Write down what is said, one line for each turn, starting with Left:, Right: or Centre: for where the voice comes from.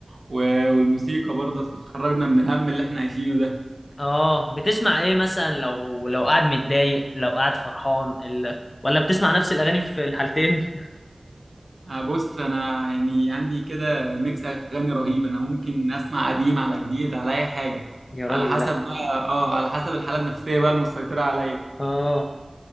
Right: و- والموسيقى برضه بتخرجنا من الهم اللي احنا عايشينه ده
Left: اه بتسمع ايه مثلا لو لو قاعد متضايق لو قاعد فرحان ال... ولا بتسمع نفس الاغاني في الحالتين <laughs>
Right: آه، بص انا يعني عندي كده ميكس اغاني رهيب انا ممكن اسمع قديم على جديد على اي حاجه
Left: يا راجل
Right: على حسب
Left: لا
Right: بقى اه على حسب الحاله النفسيه بقى المسيطره عليا
Left: اه